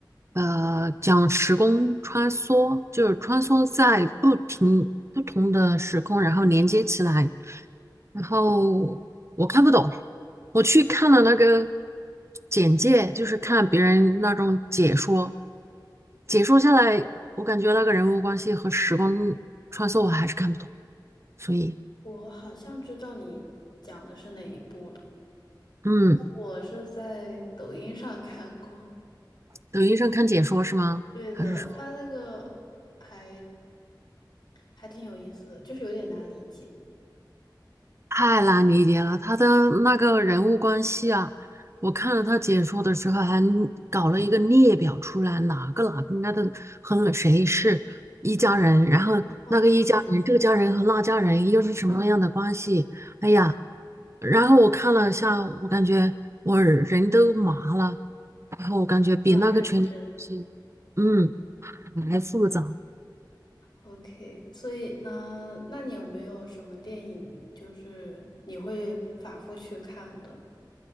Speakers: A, on the right (about 35°); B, on the left (about 70°).
A: 呃，讲时空穿梭，就是穿梭在不停不同的时空，然后连接起来，然后我看不懂，我去看了那个简介，就是看别人那种解说，解说下来，我感觉那个人物关系和时光穿梭我还是看不懂，所以，
B: 我好像知道你讲的是哪一部了。
A: 嗯，
B: 我是在抖音上看过。
A: 抖音上看解说是吗？
B: 对的，
A: 还是说？
B: 他那个还还挺有意思的，就是有点难理解。
A: 太难理解了，他的那个人物关系啊，我看了他解说的时候，还搞了一个列表出来，哪个哪个该个和谁是一家人，然后那个一家人，
B: 哇塞，
A: 这个家人和那家人又是什么样的关系？哎呀，然后我看了一下，我感觉我人都麻了，然后我感觉比那个权力游戏，
B: 你好认真。
A: 嗯，还复杂，
B: OK，所以呢，那你有没有什么电影就是你会反复去看的？